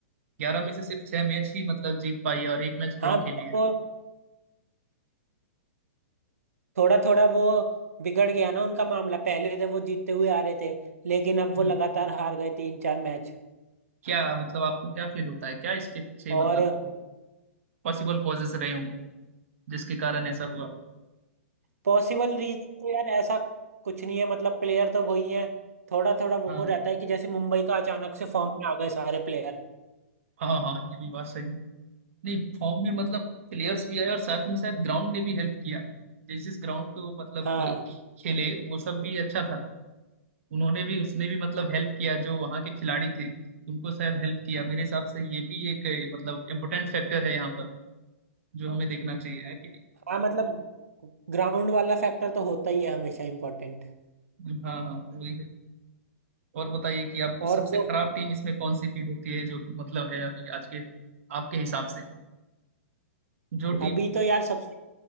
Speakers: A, on the right; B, on the right.
A: ग्यारह में से सिर्फ छह मैच ही मतलब जीत पाई है और एक मैच ड्रॉ
B: हाँ
A: खेली
B: मतलब
A: है
B: वो थोड़ा थोड़ा वो बिगड़ गया ना उनका मामला पहले थे वो जीतते हुए आ रहे थे लेकिन अब वो
A: हम्म,
B: लगातार हार गए तीन चार मैच
A: क्या मतलब आपको क्या फील होता है क्या इसके पीछे मतलब
B: और
A: पॉसिबल कॉजेस रहे होंगे जिसके कारण ऐसा हुआ
B: पॉसिबल रीजन तो यार ऐसा कुछ नहीं है मतलब प्लेयर तो वही है थोड़ा थोड़ा वो
A: हाँ
B: रहता है कि जैसे मुंबई का अचानक से फॉर्म में आ गए सारे प्लेयर
A: हाँ हाँ ये भी बात सही है नहीं फॉर्म में मतलब प्लेयर्स भी आए और साथ में शायद ग्राउंड ने भी हेल्प किया जिस जिस ग्राउंड पे वो मतलब
B: हाँ
A: खेले वो सब भी अच्छा था उन्होंने भी उसने भी मतलब हेल्प किया जो वहाँ के खिलाड़ी थे उनको शायद हेल्प किया मेरे हिसाब से ये भी एक अ, मतलब इम्पोर्टेंट फैक्टर है यहाँ पर जो हमें देखना चाहिए है कि
B: हाँ मतलब ग्राउंड वाला फैक्टर तो होता ही है हमेशा इम्पोर्टेंट
A: नहीं हाँ हाँ वही है और बताइए कि आपको
B: और
A: सबसे
B: वो
A: खराब टीम इसमें कौन सी फील होती है जो मतलब है अभी आज के आपके हिसाब से जो टीम
B: अभी तो यार सबसे